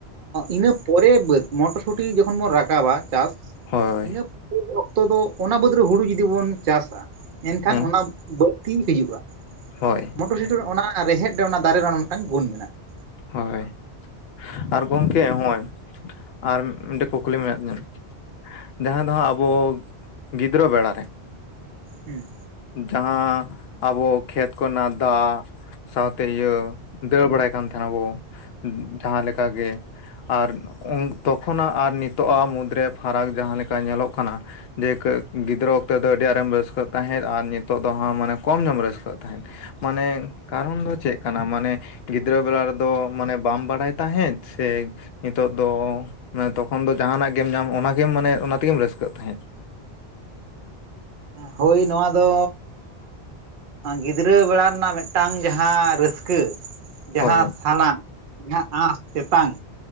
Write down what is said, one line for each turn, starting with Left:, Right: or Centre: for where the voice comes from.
Right: ᱤᱱᱟᱹ ᱯᱚᱨᱮ ᱵᱟᱹᱫᱽ ᱢᱚᱴᱚᱨ ᱥᱩᱴᱤ ᱡᱚᱠᱷᱚᱱ ᱵᱚᱱ ᱨᱟᱠᱟᱵᱟ ᱪᱟᱥ
Left: ᱦᱳᱭ
Right: ᱤᱱᱟᱹ ᱚᱠᱛᱚ ᱫᱚ ᱚᱱᱟ ᱵᱟᱹᱫᱽ ᱨᱮ ᱦᱩᱲᱩ ᱡᱩᱫᱤᱵᱚᱱ ᱪᱟᱥᱟ ᱮᱱᱠᱷᱟᱱ
Left: ᱦᱮᱸ
Right: ᱚᱱᱟ ᱵᱟᱹᱲᱛᱤ ᱦᱤᱡᱩᱜᱼᱟ
Left: ᱦᱳᱭ
Right: ᱢᱚᱴᱚᱨ ᱥᱩᱴᱤ ᱚᱱᱟ ᱨᱮᱦᱮᱫ ᱨᱮ ᱚᱱᱟ ᱫᱟᱨᱮ ᱨᱮᱱᱟᱜ ᱦᱚᱸ ᱚᱱᱟ ᱢᱤᱫᱴᱟᱝ ᱜᱩᱱ ᱢᱮᱱᱟᱜᱼᱟ ᱾
Left: ᱦᱳᱭ ᱟᱨ ᱜᱚᱢᱠᱮ ᱱᱚᱜᱼᱚᱭ ᱟᱨ ᱢᱤᱫᱴᱮᱱ ᱠᱩᱠᱞᱤ ᱢᱮᱱᱟᱜ ᱛᱤᱧᱟᱹ ᱡᱟᱦᱟᱸ ᱫᱚ ᱦᱟᱸᱜ ᱟᱵᱚ ᱜᱤᱫᱽᱨᱟᱹ ᱵᱮᱲᱟ
Right: ᱦᱩᱸ
Left: ᱡᱟᱦᱟᱸ ᱟᱵᱚ ᱠᱷᱮᱛ ᱠᱚᱨᱮᱱᱟᱜ ᱫᱟᱜ ᱥᱟᱶᱛᱮ ᱤᱭᱟᱹ ᱫᱟᱹᱲ ᱵᱟᱲᱟᱭ ᱠᱟᱱ ᱛᱟᱦᱮᱱᱟ ᱵᱚ ᱡᱟᱦᱟᱸ ᱞᱮᱠᱟ ᱜᱮ ᱾ ᱟᱨ ᱛᱚᱠᱷᱚᱱᱟᱜ ᱟᱨ ᱱᱤᱛᱚᱜᱟᱜ ᱢᱩᱫᱽᱨᱮ ᱯᱷᱟᱨᱟᱠ ᱡᱟᱦᱟᱸ ᱞᱮᱠᱟ ᱧᱮᱞᱚᱜ ᱠᱟᱱᱟ ᱞᱟᱹᱭᱟᱠᱚ ᱜᱤᱫᱽᱨᱟᱹ ᱚᱠᱛᱮ ᱫᱚ ᱟᱹᱰᱤ ᱟᱴᱮᱢ ᱨᱟᱹᱥᱠᱟᱹᱜ ᱾ ᱛᱟᱦᱮᱸᱫ ᱟᱨ ᱱᱤᱛᱚᱜ ᱫᱚ ᱟᱢ ᱢᱟᱱᱮ ᱠᱚᱢ ᱧᱚᱜ ᱮᱢ ᱨᱟᱹᱥᱠᱟᱹᱜ ᱠᱟᱱᱟ᱾ ᱢᱟᱱᱮ ᱠᱟᱨᱚᱱ ᱫᱚ ᱪᱮᱫ ᱠᱟᱱᱟ ᱢᱟᱱᱮ ᱜᱤᱫᱽᱨᱟᱹ ᱵᱮᱲᱟ ᱨᱮᱫᱚ ᱢᱟᱱᱮ ᱵᱟᱢ ᱵᱟᱲᱟᱭ ᱛᱟᱦᱮᱸᱫ ᱥᱮ ᱱᱤᱛᱚᱜ ᱫᱚ ᱚᱱᱮ ᱛᱚᱠᱷᱚᱱ ᱫᱚ ᱡᱟᱦᱟᱱᱟᱜ ᱜᱮᱢ ᱧᱟᱢ ᱚᱱᱟᱜᱮᱢ ᱢᱟᱱᱮ ᱚᱱᱟ ᱛᱮᱜᱮᱢ ᱨᱟᱹᱥᱠᱟᱹᱜ ᱛᱟᱦᱮᱸᱫ ᱾
Right: ᱦᱳᱭ ᱱᱚᱣᱟ ᱫᱚ ᱜᱤᱫᱽᱨᱟᱹ ᱵᱮᱲᱟ ᱨᱮᱱᱟᱜ ᱢᱤᱫᱴᱟᱝ ᱡᱟᱦᱟᱸ ᱨᱟᱹᱥᱠᱟᱹ ᱡᱟᱦᱟᱸ
Left: ᱦᱳᱭ
Right: ᱥᱟᱞᱟᱜ ᱡᱟᱦᱟᱸ ᱟᱸᱥ ᱛᱮᱛᱟᱝ